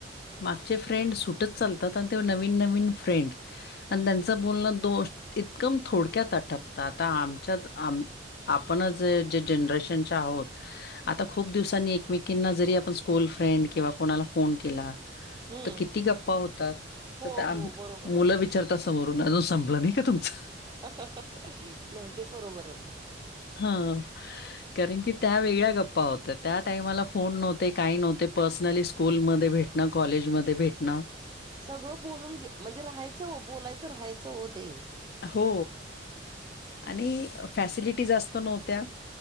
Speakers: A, on the left; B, on the right.
A: मागचे फ्रेंड सुटत चालतात आणि ते नवीन नवीन फ्रेंड आणि त्यांचं बोलणं दोष इतकम थोडक्यात आटपत आता आमच्याच आम आपणच जे जनरेशनच्या आहोत आता खूप दिवसांनी एकमेकींना जरी आपण स्कूल फ्रेंड किंवा कोणाला फोन केला
B: हम्म
A: तर किती गप्पा होतात
B: हो
A: <unintelligible>
B: हो बरोबर
A: मुलंवी
B: आहे
A: विचारता समोरून अजून संपलं नाही का तुमचं.
B: नाही ते बरोबरच आहे.
A: हा. कारण की त्या वेगळ्या गप्पा होत्या त्या टायमाला फोन नव्हते काही नव्हते पर्सनली स्कूलमध धे भेटण कॉलेजमध्ये भेटण.
B: सगळं बोलून घे म्हणजे राहायचं हो बोलायचं राहायचं हो ते.
A: हो आणि फॅसलिटी जास्त नव्हत्या